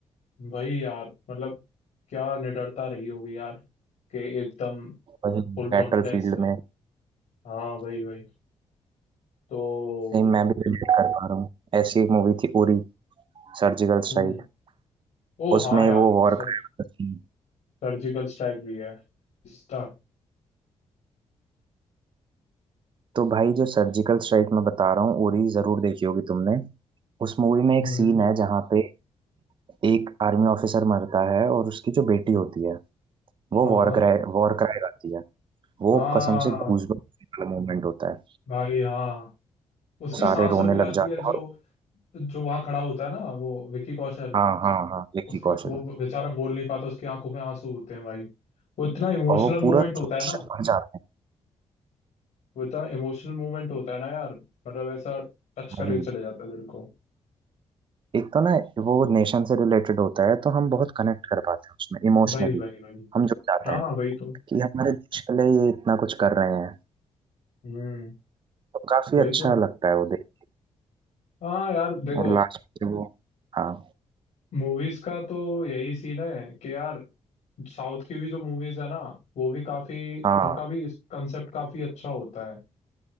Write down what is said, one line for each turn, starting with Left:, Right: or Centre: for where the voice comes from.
Left: वही यार मतलब क्या निडरता रही होगी यार कि एकदम
Right: वही
Left: फुल कॉन्फिडेंस
Right: बैटल फील्ड
Left: में
Right: में
Left: हाँ वही वही तो
Right: सेम मैं भी रिलेट कर पा रहा हूँ ऐसी एक मूवी थी उरी सर्जिकल
Left: हम्म
Right: स्ट्राइक
Left: ओ
Right: उसमें
Left: हाँ यार
Right: वो वॉर
Left: सर
Right: क्राइम
Left: सर्जिकल स्ट्राइक भी है स्टार
Right: तो भाई जो सर्जिकल स्ट्राइक मैं बता रहा हूँ उरी जरूर देखी होगी तुमने उस मूवी में एक
Left: हम्म
Right: सीन है जहाँ पे एक आर्मी ऑफिसर मरता है और उसकी जो बेटी होती है वो
Left: हाँ
Right: वॉर
Left: हाँ
Right: क्राई वॉर क्राई गाती है वो
Left: हाँ
Right: कसम से गूजबम्स वाला मोमेंट होता है
Left: भाई हाँ उसकी
Right: सारे
Left: सांस
Right: रोने
Left: रुक जाती
Right: लग जाते
Left: है जो
Right: हैं
Left: जो वहां खड़ा होता है ना वो विकी कौशल
Right: हाँ हाँ हाँ विक्की
Left: उसके
Right: कौशल
Left: वो बेचारा बोल नहीं पाता उसकी आंखों में आंसू होते हैं भाई वो इतना इमोशनल
Right: और वो पूरा
Left: मूवमेंट होता
Right: जोश
Left: है ना
Right: से भर जाते हैं
Left: वो इतना इमोशनल मूवमेंट होता है ना यार मतलब ऐसा टच करके
Right: वही
Left: चले जाता है दिल को
Right: एक तो ना वो नेशन से रिलेटेड होता है तो हम बहुत कनेक्ट कर पाते हैं उसमें इमोशनली
Left: भाई भाई भाई
Right: हम जुड़ जाते
Left: हाँ
Right: हैं
Left: हाँ, वही तो
Right: कि हमारे देश के लिए ये इतना कुछ कर रहे हैं
Left: हम्म
Right: तो काफी
Left: वही
Right: अच्छा
Left: तो
Right: लगता है वो देख
Left: हाँ यार देखो
Right: और लास्ट में वो हाँ
Left: मूवीज का तो यही सीन है कि यार साउथ की भी जो मूवीज है ना वो भी काफी
Right: हाँ
Left: उनका भी कंसेप्ट काफी अच्छा होता है